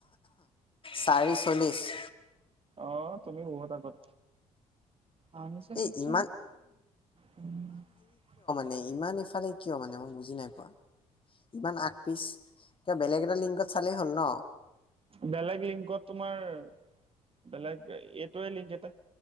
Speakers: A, on the left; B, on the right.
A: চাৰি চল্লিছ।
B: অ তুমি বহুত আগত আ
A: এই
B: চ
A: ইমান
B: উ <unintelligible>
A: নে ইমান ইফালে কিয় মানে মই বুজি নাই পোৱা। ইমান আগ পিচ কিয় বেলেগ এটা লিংকত চালেই হ'ল ন।
B: বেলেগ লিংকত তোমাৰ- বেলেগ এইটোৱে লিংগ এটা